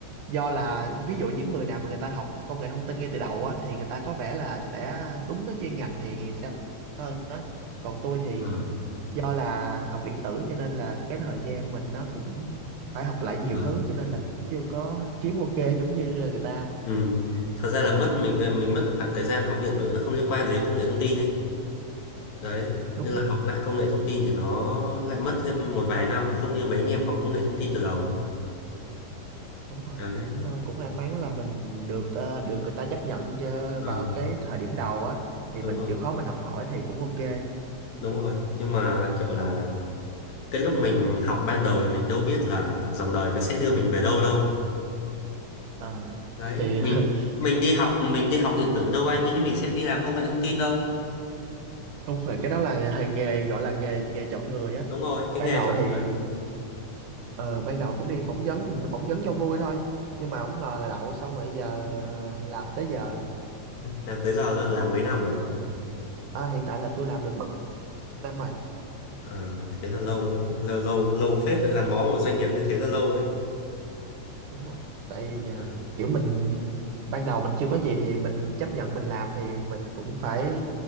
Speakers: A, on the right; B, on the left.
A: do là ví dụ những người nào mà người ta học công nghệ thông tin ngay từ đầu á thì người ta có vẻ là sẽ đúng cái chuyên ngành thì sẽ hơn á còn tôi thì
B: ừ.
A: do là học điện tử cho nên là cái thời gian mình nó cũng phải học lại nhiều
B: Ừ.
A: thứ cho nên là chưa có kiếm ok giống như người ta
B: ừ. thật ra là mất mình mình mất cái khoảng thời gian học điện tử nó không liên quan gì đến công nghệ thông tin ấy đấy
A: đúng
B: nên
A: rồi
B: là học lại công nghệ thông tin thì nó lại mất thêm một vài năm không như mấy anh em học công nghệ thông tin từ đầu
A: đúng rồi
B: đấy
A: cũng ờ, cũng may mắn là mình được ờ, được người ta chấp nhận cho
B: ừ,
A: vào cái thời điểm đầu á thì
B: đúng
A: mình
B: rồi
A: chịu khó mình học hỏi thì cũng ok
B: đúng rồi nhưng mà kiểu là cái lúc mình học ban đầu thì mình đâu biết là dòng đời nó sẽ đưa mình về đâu đâu
A: Ờ,
B: đấy
A: thì
B: mình
A: <laughs>
B: mình đi học mình đi học điện tử đâu ai nghĩ mình sẽ đi làm công nghệ thông tin đâu
A: đúng rồi cái đó là nghề nghề gọi là nghề nghề chọn người á
B: đúng rồi cái
A: ban
B: nghề
A: đầu
B: chọn
A: thì
B: đời
A: ờ, ban đầu cũng đi phỏng vấn định phỏng vấn cho vui thôi nhưng mà không ngờ là đậu xong rồi giờ ờ, làm tới giờ
B: làm tới giờ rồi làm mấy năm nữa
A: à, hiện tại là tôi làm được 3 năm rồi
B: Ờ, thế là lâu ấy lâu lâu lâu phết rồi gắn bó một doanh nghiệp như thế là lâu đấy,
A: đúng rồi tại vì ờ,
B: đấy
A: kiểu mình ban đầu mình chưa có gì thì mình chấp nhận mình làm thì mình cũng phải